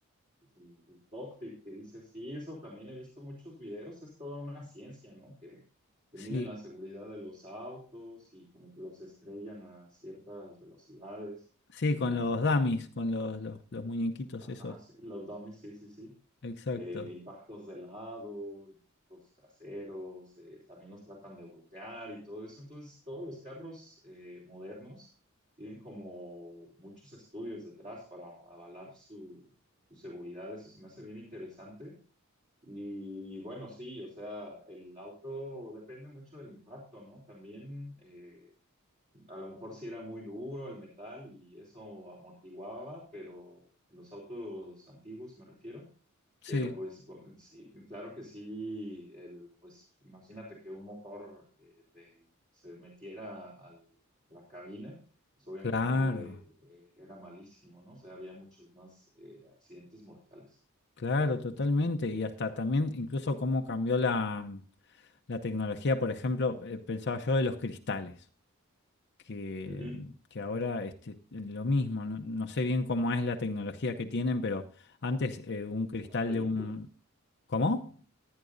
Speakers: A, on the right; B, on the left.
A: pues, el, el cockpit, que dice, sí, eso también he visto muchos videos, es toda una ciencia, ¿no? Que, que
B: Sí,
A: miden la seguridad de los autos y como que los estrellan a ciertas velocidades.
B: sí, con
A: Y,
B: los dummies, con los, los, los muñequitos
A: ajá,
B: esos.
A: sí, los dummies, sí, sí, sí
B: Exacto.
A: eh, impactos de lado, los traseros, eh, también los tratan de voltear y todo eso. Entonces, todos los carros eh, modernos tienen como muchos estudios detrás para avalar su, su seguridad. Eso se me hace bien interesante. Y bueno, sí, o sea, el auto depende mucho del impacto, ¿no? También eh, a lo mejor sí era muy duro el metal y eso amortiguaba, pero los autos antiguos me refiero
B: Sí,
A: pero pues bo- sí, claro que sí, el, pues imagínate que un motor eh, te- se metiera al- a la cabina, pues obviamente
B: claro,
A: eh, eh, era malísimo, ¿no? O sea, había muchos más eh, accidentes mortales.
B: claro, totalmente. Y hasta también, incluso cómo cambió la, la tecnología, por ejemplo, eh, pensaba yo de los cristales. que,
A: Ujú.
B: que ahora este, lo mismo, no, no sé bien cómo es la tecnología que tienen, pero antes eh, un cristal
A: Una película.
B: de un... ¿Cómo?
A: Ujú.